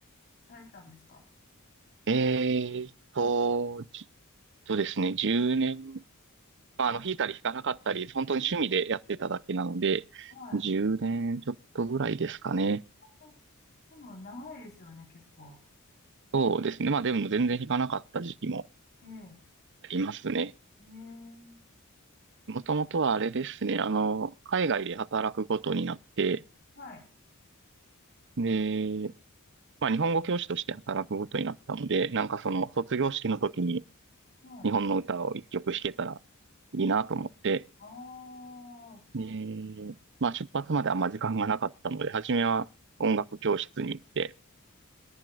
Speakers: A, on the left; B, on the right.
A: されたんですか
B: えーっと、じっとですね、10年、まあ、
A: あ、
B: あの、弾いたり弾かなかったり、本当に趣味でやってただけなので、
A: はい。
B: 10年ちょっとぐらいですかね。
A: あでも長いですよね、結構。
B: そうですね。まあでも全然弾かなかった時期も
A: ええ
B: ありますね。
A: ええ
B: もともとはあれですね、あの、海外で働くことになって、
A: はい、
B: で、まあ、日本語教師として働くことになったので、なんかその卒業式の時に
A: はい。
B: 日本の歌を一曲弾けたらいいなと思って、
A: ああ、は
B: で、まあ出発まであんま時間がなかったので、初めは音楽教室に行って、